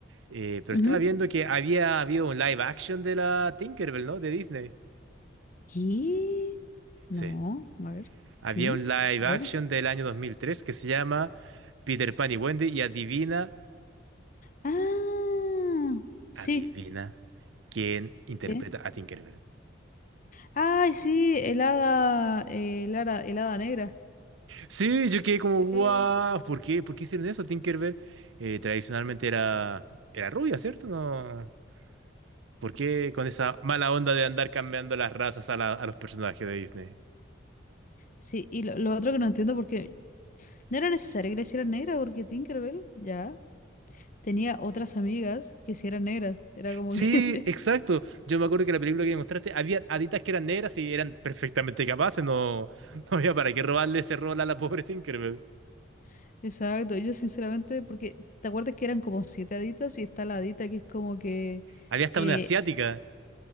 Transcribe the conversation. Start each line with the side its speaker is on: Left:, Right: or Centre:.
Right: eh, pero
Left: Ujú.
Right: estaba viendo que había habido un live action de la Tinkerbell, ¿no? De Disney.
Left: ¿Qué? No,
Right: Sí.
Left: a ver,
Right: Había
Left: sí,
Right: un live
Left: a ver.
Right: action del año dos mil tres que se llama Peter Pan y Wendy y adivina,
Left: Ah, sí.
Right: adivina quién interpreta
Left: ¿Qué?
Right: a Tinkerbell.
Left: Ay, sí, el hada, eh, negra.
Right: Sí, yo quedé como,
Left: Sí.
Right: guau, ¿por qué? ¿Por qué hicieron eso? Tinkerbell eh, tradicionalmente era, era rubia, ¿cierto? No. ¿Por qué con esa mala onda de andar cambiando las razas a, la- a los personajes de Disney?
Left: Sí, y lo, lo otro que no entiendo porque no era necesario que le hicieran negra porque Tinkerbell ya tenía otras amigas que sí eran negras. Era como
Right: Sí,
Left: que...
Right: exacto. Yo me acuerdo que la película que me mostraste, había haditas que eran negras y eran perfectamente capaces. No, <laughs> no había para qué robarle ese rol a la pobre Tinkerbell.
Left: <laughs> Exacto, yo sinceramente, porque ¿te acuerdas que eran como siete haditas y está la hadita que es como que...
Right: Había hasta
Left: eh,
Right: una asiática.